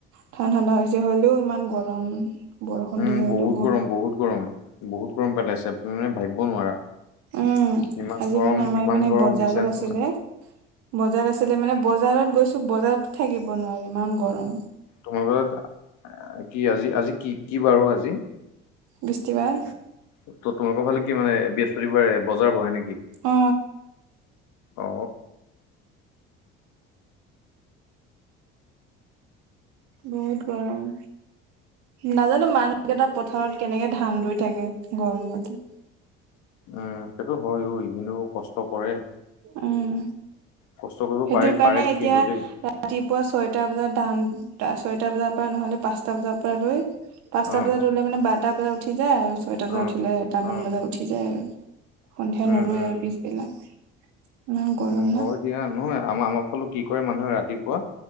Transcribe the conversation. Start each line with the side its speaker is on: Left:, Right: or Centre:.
Right: ঠাণ ঠাণ্ডা হৈছে, হ'লেও ইমান গৰম। বৰষুণ
Left: উম
Right: দিয়ে হ'লেও
Left: বহুত গৰম, বহুত গৰম। বহুত গৰম পেলাইছে তুমি মানে ভাইব নোৱাৰা।
Right: উম,
Left: ইমান
Right: আজি
Left: গৰম,
Right: মানে আমাৰ
Left: ইমান
Right: এইপিনে
Left: গৰম
Right: বজাৰো
Left: দিছে নহয়।
Right: আছিলে। বজাৰ আছিলে মানে বজাৰত গৈছো। বজাৰতো থাকিব নোৱাৰি ইমান গৰম।
Left: তোমাৰোক কি আজি আজি কি কি বাৰ অ আজি?
Right: বিস্তি বাৰ
Left: ত তোমালোকৰ ফালে কি মানে বৃহস্পতিবাৰে বজাৰ বহে নে কি?
Right: অ।
Left: অ।
Right: বহুত গৰম। নাজানো মানুহ কেইটা পথাৰত কেনেকে ধান ৰুই থাকে গৰমত।
Left: উম সেইটো হয় অ, ই কিন্তু কষ্ট কৰে।
Right: উম
Left: কষ্ট কৰিব
Right: সেইটোৰ
Left: পাৰে,
Right: কাৰণে
Left: পাৰে
Right: এতিয়া
Left: কিন্তু দেই
Right: ৰাতিপুৱা ছয়টা বজাত ধান তা ছয়টা বজাৰ পৰা নহ'লে পাঁচটা বজাৰ পৰা ধৰি পাঁচটা
Left: অ',
Right: বজাত ৰুলে মানে বাৰটা বজাত উঠি যায় আৰু ছয়টা বজাত
Left: অ'।
Right: উঠিলে এটামান
Left: অ',
Right: বজাত উঠি যায় আৰু। সন্ধিয়া
Left: উম,
Right: নুৰুৱে
Left: উম,
Right: আৰু পিছবেলা। ইমান গৰম
Left: উম,
Right: না
Left: হয় দিয়া নহয় আমা-আমাৰ ফালে কি কৰে মানুহে ৰাতিপুৱা,